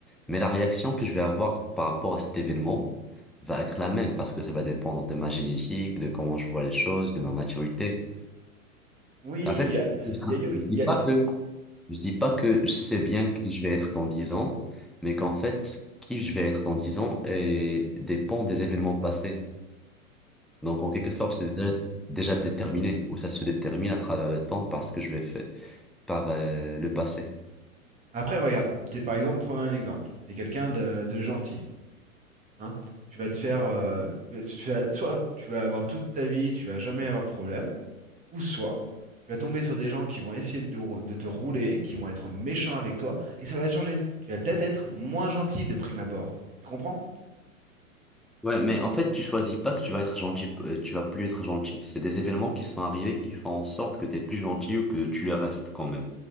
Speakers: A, in the centre; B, on the right.
A: Mais la réaction que je vais avoir par rapport à cet événement va être la même, parce que ça va dépendre de ma génétique, de comment je vois les choses, de ma maturité.
B: Oui,
A: Et en fait,
B: il y
A: c'est
B: a,
A: ça.
B: il y a- il
A: je ne dis
B: y
A: pas
B: a- il y
A: que, je dis pas que je sais
B: a-
A: bien qui je vais être dans 10 ans, mais qu'en fait, qui je vais être dans 10 ans eh, dépend des événements passés. Donc, en quelque
B: Oh,
A: sorte,
B: oui.
A: c'est déjà, déjà déterminé, ou ça se détermine à travers le temps parce que je vais faire par euh, le passé.
B: Après, regarde, t'es par exemple, prenons un exemple, t'es quelqu'un de, de gentil. hein. Tu vas te faire, euh, tu vas- tu vas- soit tu vas avoir toute ta vie, tu vas jamais avoir de problème, ou soit tu vas tomber sur des gens qui vont essayer de, rou- de te rouler, qui vont être méchants avec toi, et ça va te changer. Tu vas peut-être être moins gentil de prime abord. Tu comprends?
A: Ouais, mais en fait, tu choisis pas que tu vas être gentil, euh, tu vas plus être gentil. C'est des événements qui sont arrivés qui font en sorte que tu es plus gentil ou que tu le restes quand même.